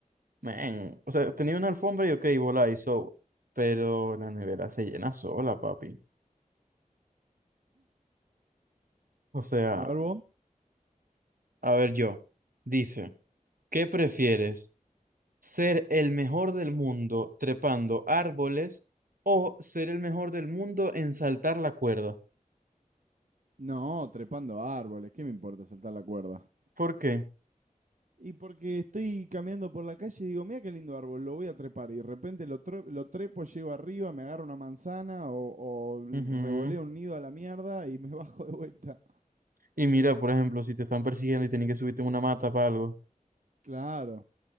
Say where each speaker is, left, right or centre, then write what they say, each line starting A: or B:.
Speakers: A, on the right; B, on the right.
A: man, o sea, tenía una alfombra y ok, volá y so, pero la nevera se llena sola, papi. O sea,
B: A ver vos.
A: a ver yo, dice, ¿qué prefieres? ¿Ser el mejor del mundo trepando árboles o ser el mejor del mundo en saltar la cuerda?
B: No, trepando árboles, ¿qué me importa saltar la cuerda?
A: ¿Por qué?
B: Y porque estoy caminando por la calle y digo, mira qué lindo árbol, lo voy a trepar. Y de repente lo, tre- lo trepo, llego arriba, me agarro una manzana o, o
A: Ujú.
B: revoleo un nido a la mierda y me <laughs> bajo de vuelta.
A: Y mira, por ejemplo, si te están persiguiendo y tienen que subirte en una mata para algo.
B: Claro.